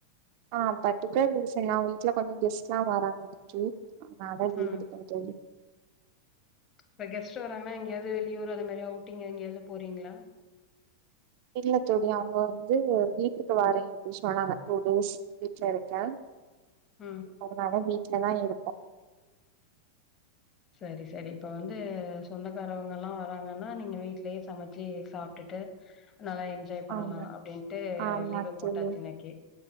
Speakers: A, on the right; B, on the left.
A: ஆ பர்ட்டிகுலர் ரீசன் நா வீட்ல கொஞ்சோ கெஸ்ட்லா வராங்க இன்னிக்கி அதனால தா லீவ்
B: ம்
A: எடுத்தே தோழி
B: இப்ப கெஸ்ட்டு வராங்கன்னா எங்கயாது வெளியூர் அது மாரி அவுட்டிங் எங்கியாது போறீங்ளா
A: இல்ல தோழி அவுங்க வந்து வீட்டுக்கு வரேன்ட்டு அப்டி சொன்னாங்க டூ டேஸ் வீட்லருக்க
B: ம்
A: அதனால வீட்லதா இருப்போ
B: சரி சரி இப்ப வந்து சொந்தக்காரவங்கல்லா வராங்கன்னா நீங்க வீட்லயே சமச்சி சாப்ட்டுட்டு நல்லா என்ஜாய் பண்ணலா
A: ஆமா
B: அப்டின்ட்டு
A: ஆமா
B: லீவு
A: தோழி
B: போட்டாச்சி இன்னைக்கி